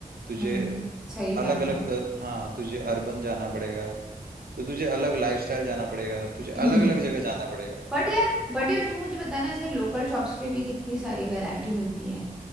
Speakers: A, on the right (about 85°); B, in the centre.
A: तुझे
B: हम्म सही
A: अलग
B: बात
A: अलग
B: है <clears throat>
A: हाँ तुझे अर्बन जाना पड़ेगा तो तुझे अलग लाइफस्टाइल जाना पड़ेगा तुझे अलग
B: हम्म
A: अलग जगह जाना पड़ेगा
B: बट यार बट यार तू मुझे बताना ऐसे लोकल शॉप्स पे भी कितनी सारी वैरायटी मिलती है